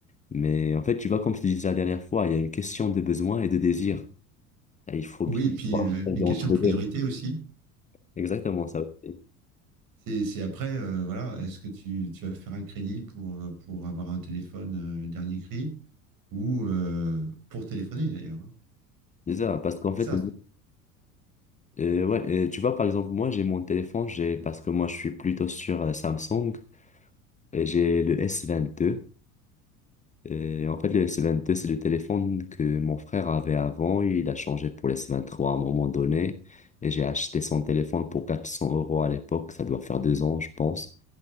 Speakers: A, on the left (about 15°); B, on the right (about 45°).
A: Mais en fait, tu vois, comme je te disais la dernière fois, il y a une question de besoin et de désir. Et il faut
B: Oui,
A: bien
B: et puis
A: pouvoir
B: euh,
A: trouver
B: une question
A: entre
B: de priorité
A: les deux.
B: aussi.
A: Exactement ça aussi.
B: C'est c'est après, euh, voilà, est-ce que tu, tu vas faire un crédit pour, euh, pour avoir un téléphone euh, dernier cri ou euh, pour téléphoner d'ailleurs. hein.
A: C'est ça, parce qu'en
B: C'est
A: fait,
B: ça.
A: euh, ouais, euh, tu vois, par exemple, moi, j'ai mon téléphone, j'ai, parce que moi, je suis plutôt sur euh, Samsung, et j'ai le S22. Et en fait, le S22, c'est le téléphone que mon frère avait avant. Il a changé pour le S23 à un moment donné. Et j'ai acheté son téléphone pour 400 euros à l'époque. Ça doit faire deux ans, je pense.